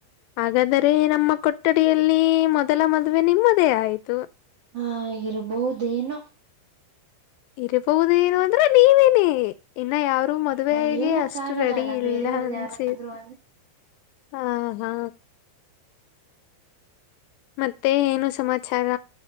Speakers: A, on the left; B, on the right.
A: ಹಾಗಾದರೆ ನಮ್ಮ ಕೊಠಡಿಯಲ್ಲಿ ಮೊದಲ ಮದುವೆ ನಿಮ್ಮದೇ ಆಯ್ತು
B: ಹಾಗಿರಬಹದೇನು
A: ಇರಬಹುದೇಏನು ಅಂದ್ರೆ ನೀವೇನ ಇನ್ನ ಯಾರೂ ಮದ್ುವೆಗೆ
B: ಹೇಳಕ್
A: ಅಷ್ಟು
B: ಆಗಲ್ಲಲ್ಲ
A: ರೆಡಿ ಇಲ್ಲ
B: ಬೇರೆಯವ್ರ್ದ
A: ಅನ್ಸಿದ
B: ಯಾರಾದ್ರು ಆದ್ರೆ
A: ಹಾ, ಹಾ ಮತ್ತೆ ಏನು ಸಮಾಚಾರ,